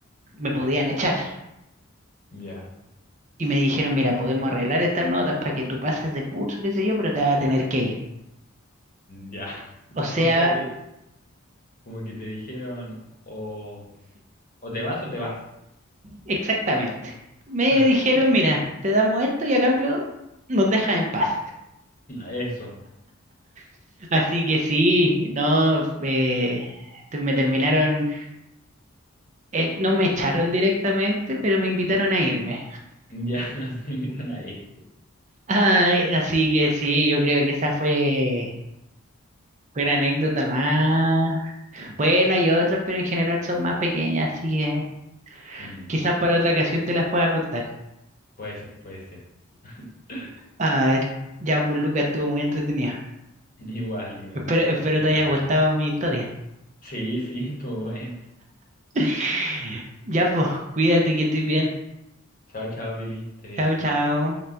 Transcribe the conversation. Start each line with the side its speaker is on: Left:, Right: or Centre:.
Right: me podían echar.
Left: Ya,
Right: Y me dijeron, mira, podemos arreglar estas notas para que tú pases de curso, qué sé yo, pero te vas a tener que ir.
Left: ya. <laughs>
Right: O sea,
Left: O sea, te, como que te dijeron o, o te vas o te vas.
Right: exactamente. Me
Left: <laughs>
Right: dijeron, mira, te damos esto y a cambio nos dejas en paz.
Left: Eso.
Right: <laughs> Así que sí, no, eh, te- me terminaron, eh, no me echaron directamente, pero me invitaron a irme.
Left: Ya <laughs> se invitan a ir.
Right: Ay, así que sí, yo creo que esa fue, fue una anécdota más. Bueno, hay otras, pero en general son más pequeñas, así que
Left: Mm,
Right: quizás para otra ocasión te las pueda contar.
Left: puede ser, puede ser. <laughs>
Right: Ah, ya, pues Lucas, estuvo muy entretenido.
Left: Igual, igual.
Right: Espero, espero
Left: Estuvo muy
Right: te haya
Left: bueno.
Right: gustado mi historia.
Left: Sí, sí, estuvo buena.
Right: <laughs> Ya, pues, cuídate que estés bien.
Left: Chao, chao, Billy. Esté bien.
Right: Chao, chao.